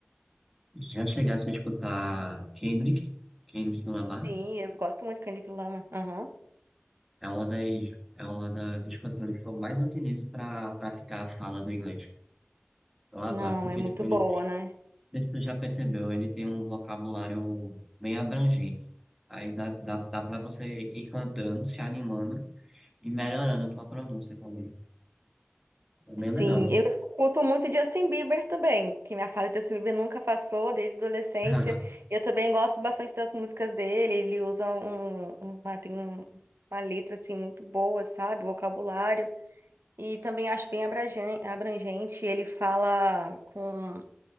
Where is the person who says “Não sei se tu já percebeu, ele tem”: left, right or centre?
Centre